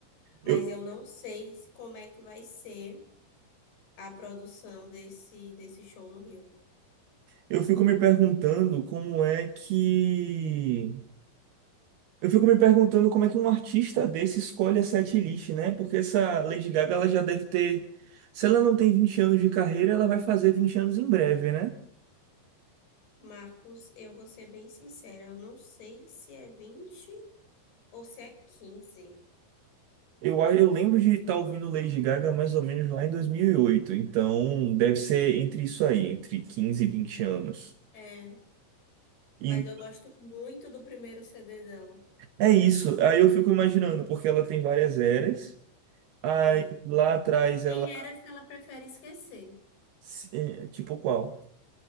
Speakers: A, on the left; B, on the right.
A: Mas
B: Eu,
A: eu não sei se- como é que vai ser a produção desse, desse show no Rio.
B: eu fico me perguntando como é que Eu fico me perguntando como é que um artista desse escolhe a setlist, né? Porque essa Lady Gaga, ela já deve ter. Se ela não tem vinte anos de carreira, ela vai fazer 20 anos em breve, né?
A: Marcos, eu vou ser bem sincera, eu não sei se é 20 ou se é 15.
B: Eu, eu lembro de estar ouvindo Lady Gaga mais ou menos lá em 2008. Então, deve ser entre isso aí, entre 15 e vinte anos.
A: É,
B: E
A: mas eu gosto muito do primeiro CD dela.
B: é isso. Aí eu fico imaginando, porque ela tem várias eras. Aí
A: E
B: lá atrás
A: tem
B: ela.
A: eras que ela prefere esquecer.
B: se- é, Tipo qual?